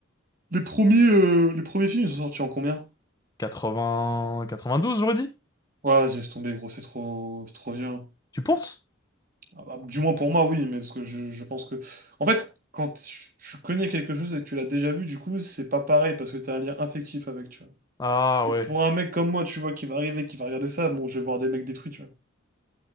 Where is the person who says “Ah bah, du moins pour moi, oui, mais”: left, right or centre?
Right